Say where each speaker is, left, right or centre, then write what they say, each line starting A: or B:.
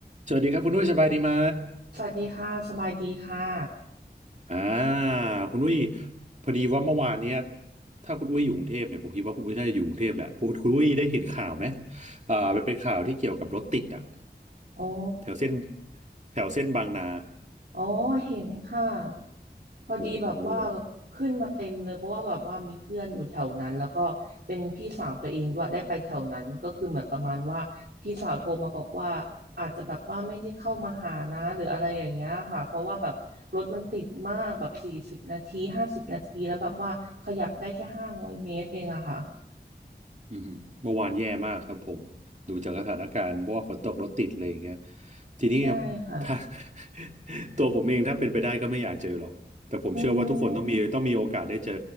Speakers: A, on the right; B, on the right.
A: สวัสดีครับคุณนุ้ยสบายดีไหม
B: สวัสดีค่ะสบายดีค่ะ
A: อ่าคุณนุ้ยพอดีว่าเมื่อวานเนี้ยถ้าคุณอุ้ยอยู่กรุงเทพเนี่ยผมคิดว่าคุณอุ้ยน่าจะอยู่กรุงเทพแหละพวกคุณอุ้ยได้เห็นข่าวไหมอ่ามันเป็นข่าวที่เกี่ยวกับรถติดอ่ะ
B: อ๋อ
A: แถวเส้นแถวเส้นบางนา
B: อ๋อเห็นค่ะพอดีแบบว่า
A: โอ้โห
B: ขึ้นมาเต็มเลยเพราะว่าแบบว่ามีเพื่อนอยู่แถวนั้นแล้วก็เป็นพี่สาวตัวเองด้วยได้ไปแถวนั้นก็คือเหมือนประมาณว่าพี่สาวโทรมาบอกว่าอาจจะแบบว่าไม่ได้เข้ามาหานะหรืออะไรอย่างเงี้ยค่ะเพราะว่าแบบรถมันติดมากแบบสี่สิบนาทีห้าสิบนาทีแล้วแบบว่าขยับได้แค่ห้าร้อยเมตรเองอะค่ะ
A: อืมเมื่อวานแย่มากครับผมดูจากสถานการณ์เพราะว่าฝนตกรถติดอะไรอย่างเงี้ยทีนี้ครับถ้า
B: ใช่ค่ะ
A: <laughs> ตัวผมเองถ้าเป็นไปได้ก็ไม่อยากเจอหรอกแต่ผมเชื่อว่าทุกคนต้องมีต้องมีโอกาสได้เจอ
B: อืม